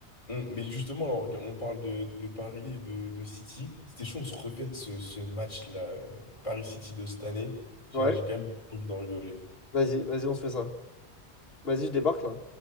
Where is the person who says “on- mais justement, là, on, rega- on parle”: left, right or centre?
Left